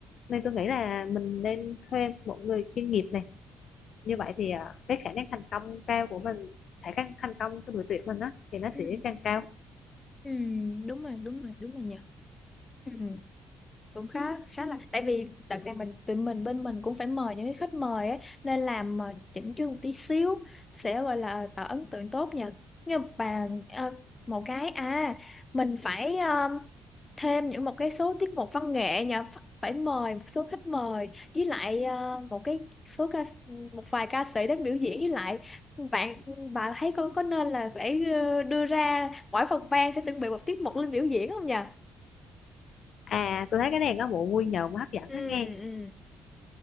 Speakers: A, on the left (about 60°); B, on the left (about 25°).
A: nên tôi nghĩ là mình nên thuê một người chuyên nghiệp này như vậy thì à, cái khả năng thành công cao của mình khả năng thành công của buổi tuyển mình á thì nó
B: ừ,
A: sẽ càng cao
B: ừ, đúng rồi đúng rồi đúng rồi nhỉ ừ, cũng khá khá là tại vì đợt này mình tụi mình bên mình cũng phải mời những cái khách mời ấy nên làm mà chỉnh chu một tí xíu sẽ gọi là tạo ấn tượng tốt nhỉ nhưng mà à, một cái à mình phải ờ, thêm những một cái số tiết mục văn nghệ nhà Phật phải mời một số khách mời với lại ờ, một cái số ca một vài ca sĩ đến biểu diễn với lại bạn bà thấy con có nên là phải ờ, đưa ra mỗi phòng ban sẽ chuẩn bị một tiết mục lên biểu diễn không nhỉ?
A: à tôi thấy cái này có bộ vui nhộn hấp dẫn
B: ừ
A: đó nghe
B: ừ